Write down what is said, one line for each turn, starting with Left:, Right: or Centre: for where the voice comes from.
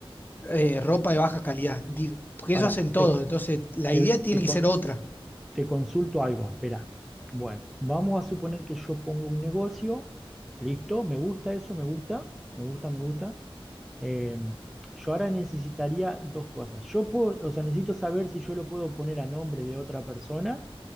Left: eh, ropa de baja calidad, Di- porque eso
Centre: Ahora,
Left: hacen todos,
Centre: te,
Left: entonces la
Centre: te,
Left: idea tiene
Centre: te
Left: que
Centre: con-
Left: ser otra.
Centre: te consulto algo, espera. Bueno, vamos a suponer que yo pongo un negocio. Listo, me gusta eso, me gusta, me gusta, me gusta. Eh, yo ahora necesitaría dos cosas. Yo puedo, o sea, necesito saber si yo lo puedo poner a nombre de otra persona,